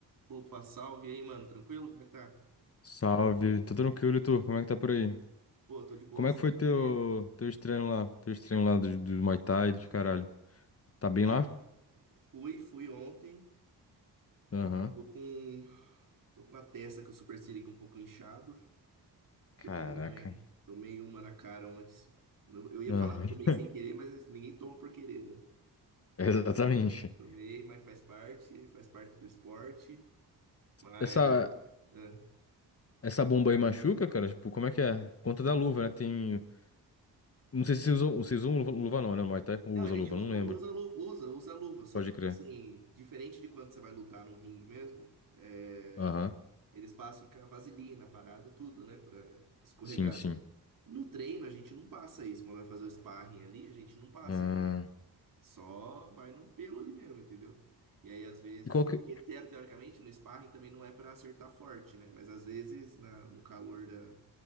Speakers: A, on the right; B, on the left.
A: Opa, salve e aí, mano. Tranquilo? Como é que tá?
B: Salve, tô tranquilo, e tu? Como é que tá por aí?
A: Pô, tô de boa,
B: Como é
A: sexta-feira.
B: que foi teu, teus treinos lá? Teus treinos lá do, do Muay Thai, dos caralho. Tá bem
A: Cara,
B: lá?
A: fui, fui ontem.
B: Aham.
A: Tô com. Tô com a testa que o supercílio aqui um pouco inchado. Que
B: Caraca.
A: eu tomei, né? tomei uma na cara antes. Eu eu ia
B: Aham.
A: falar, tomei
B: <laughs>
A: sem querer, mas assim, ninguém toma por querer, né?
B: Exatamente.
A: Tomei, mas faz parte, faz parte do esporte. Mas.
B: Essa,
A: é.
B: essa bomba aí machuca, cara? Tipo, como é que é? Por Conta da luva, né? Tem. Não sei se vocês usam, vocês usam luva, luva não, né? Muay Thai? Ou
A: Não,
B: usa
A: a gente
B: luva,
A: lu-
B: não lembro.
A: usa luva, usa, usa luva. Só
B: Pode
A: que, tipo
B: crer.
A: assim, diferente de quando você vai lutar no ringue mesmo. é,
B: Aham.
A: Eles passam com a vaselina, a parada, tudo, né? Pra escorregar.
B: Sim, sim.
A: né? No treino, a gente não passa isso. Quando vai fazer o sparring ali, a gente não passa
B: Ah,
A: isso. Só vai no pelo ali mesmo, entendeu? E aí, às vezes,
B: E qual
A: é
B: que.
A: porque teo- teoricamente no sparring também não é pra acertar forte, né? Mas às vezes, na- no calor da,